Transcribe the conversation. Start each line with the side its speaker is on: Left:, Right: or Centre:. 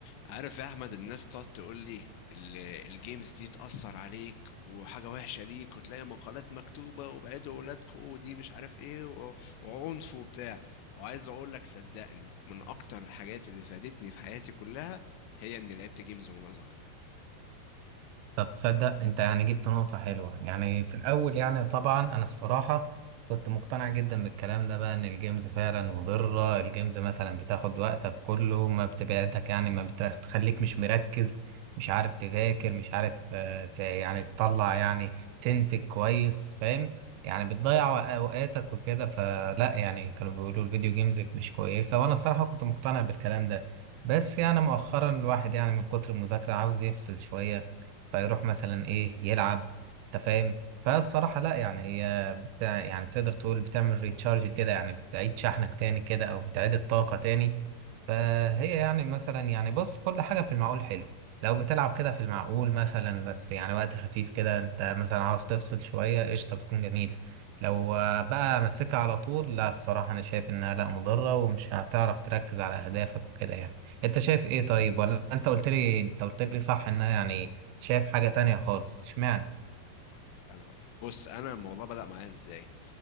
Left: عارف يا احمد الناس تقعد تقول لي ال- الجيمز دي تأثر عليك وحاجة وحشة ليك وتلاقي مقالات مكتوبة وبعدوا ولادكم ودي مش عارف ايه و- وعنف وبتاع وعايز اقول لك صدقني من اكتر الحاجات اللي فادتني في حياتي كلها هي اني لعبت جيمز وانا صغير
Right: طب تصدق انت يعني جبت نقطة حلوة يعني في الأول يعني طبعا أنا الصراحة كنت مقتنع جدا بالكلام ده بقى إن الجيمز فعلا مضرة الجيمز مثلا بتاخد وقتك كله ما بتبعدك يعني ما بتخليك مش مركز مش عارف تذاكر مش عارف آه، ت- يعني تطلع يعني تنتج كويس فاهم يعني بتضيع أوقاتك وكده فلا يعني كانوا بيقولوا الفيديو جيمز مش كويسة وأنا الصراحة كنت مقتنع بالكلام ده بس يعني مؤخرا الواحد يعني من كتر المذاكرة عاوز يفصل شوية فيروح مثلا ايه يلعب انت فاهم فالصراحة لا يعني هي بتاع يعني تقدر تقول بتعمل ريتشارج كده يعني بتعيد شحنك تاني كده او بتعيد الطاقة تاني فهي يعني مثلا يعني بص كل حاجة في المعقول حلو لو بتلعب كده في المعقول مثلا بس يعني وقت خفيف كده انت مثلا عاوز تفصل شوية قشطة بتكون جميلة لو آه، بقى ماسكها على طول لا الصراحة أنا شايف إنها لا مضرة ومش هتعرف تركز على أهدافك وكده يعني أنت شايف إيه طيب ولا أنت قلت لي أنت قلت لي صح إنها يعني شايف حاجة تانية خالص اشمعنى
Left: انا هقول لك انا هقول لك بص انا الموضوع بدأ معايا ازاي